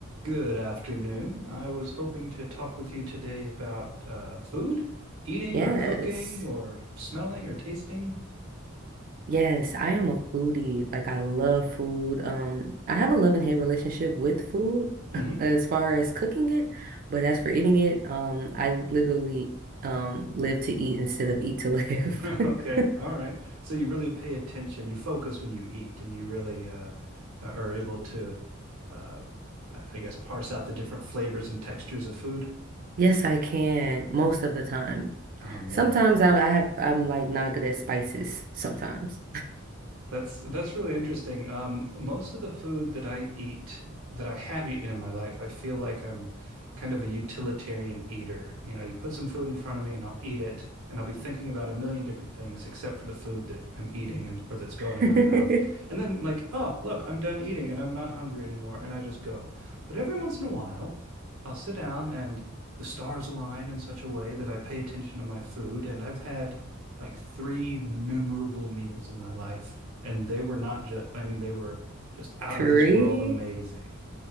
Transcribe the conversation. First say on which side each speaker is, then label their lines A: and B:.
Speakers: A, on the right; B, on the right.
A: Good afternoon. I was hoping to talk with you today about uh, food, eating
B: Yes.
A: or cooking or smelling or tasting.
B: Yes, I am a foodie. Like I love food. Um, I have a love and hate relationship with food
A: hmm
B: <laughs> as far as cooking it, but as for eating it, um, I literally um live to eat instead of eat to live.
A: <laughs>
B: <laughs>
A: Okay. All right. So you really pay attention. You focus when you eat and you really uh, uh, are able to, uh, I I guess, parse out the different flavors and textures of food.
B: Yes, I can most of the time.
A: Oh, man.
B: Sometimes I, I have I'm like not good at spices sometimes.
A: That's that's really interesting. Um, most of the food that I eat, that I have eaten in my life, I feel like I'm kind of a utilitarian eater. You know, you put some food in front of me and I'll eat it, and I'll be thinking about a million different things except for the food that I'm eating and or that's going in
B: <laughs>
A: my mouth. And then like, oh, look, I'm done eating and I'm not hungry anymore, and I just go. But every once in a while, I'll sit down and the stars align in such a way that I pay attention to my food, and I've had like three memorable meals in my life and they were not just, I mean, they were just out
B: Three?
A: of this world amazing.